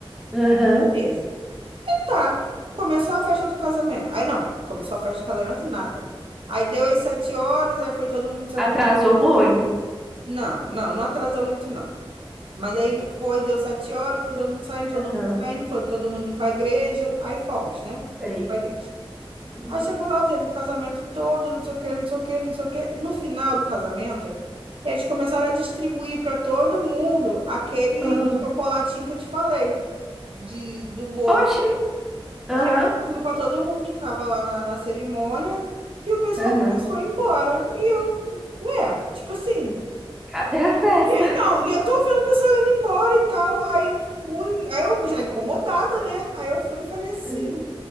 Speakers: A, in the centre; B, on the right.
A: Aham.
B: Beleza. E tá. Começou a festa do casamento. Aí não, começou a festa do casamento, nada. Aí deu as sete horas, aí foi todo mundo se arrumando.
A: Atrasou muito?
B: Não, não, não atrasou muito, não. Mas aí foi, deu sete horas, foi todo mundo saindo, todo
A: Aham,
B: mundo saindo, foi todo mundo pra igreja. Aí fomos, né?
A: tem,
B: Fomos pra igreja.
A: Uhum.
B: Aí chegou lá, teve o casamento todo, não sei o quê, não sei o quê, não sei o quê. No final do casamento, eles começaram a distribuir para todo mundo aquele
A: Ah.
B: chocolatinho que eu te falei, de, do bolo.
A: Oxi. Aham,
B: Aí distribuiu para todo mundo que estava lá na, na cerimônia. E o pessoal
A: aham.
B: começou a ir embora. E eu, ué, tipo assim.
A: Cadê a festa?
B: E aí, não, e eu tô vendo o pessoal indo embora e tal. Aí eu fui, aí eu já incomodada, né? Aí eu fui e falei assim.
A: Aham.